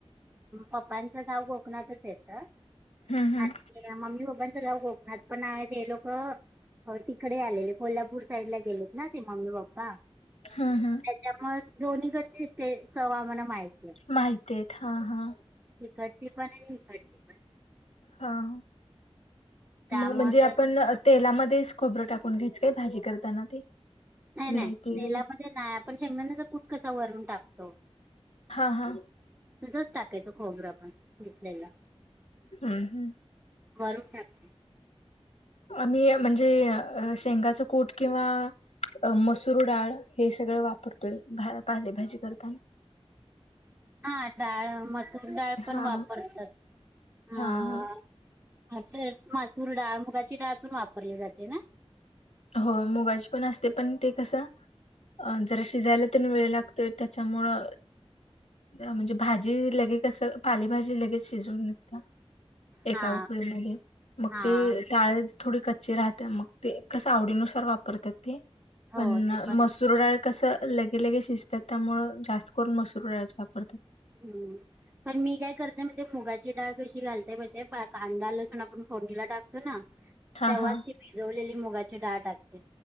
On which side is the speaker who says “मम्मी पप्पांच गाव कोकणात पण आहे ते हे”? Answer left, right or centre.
Right